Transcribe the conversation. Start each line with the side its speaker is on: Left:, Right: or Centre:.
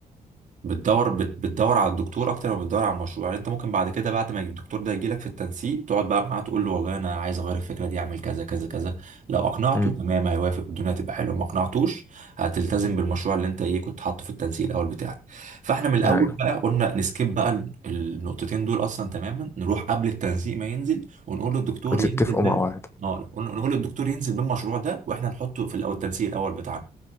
Right: بتدور بت- بتدور على الدكتور اكتر ما بتدور على المشروع يعني انت ممكن بعد كده بعد ما الدكتور ده يجيلك في التنسيق تقعد بقى معاه تقول له والله انا عايز اغير الفكره دي اعمل كذا كذا كذا لو اقنعته
Left: مم.
Right: تمام هيوافق الدنيا تبقى حلوه ما اقنعتوش هتلتزم بالمشروع اللي انت ايه كنت حاطه في التنسيق الاول بتاعك فاحنا من الاول
Left: ايوه
Right: بقى قلنا نسكيب بقى ال- النقطتين دول اصلا تماما نروح قبل التنسيق ما ينزل ونقول للدكتور
Left: بتتفقوا
Right: ينزل بال...
Left: مع بعض
Right: آه، نقول نقول للدكتور ينزل بالمشروع ده واحنا نحطه في الأول- التنسيق الاول بتاعنا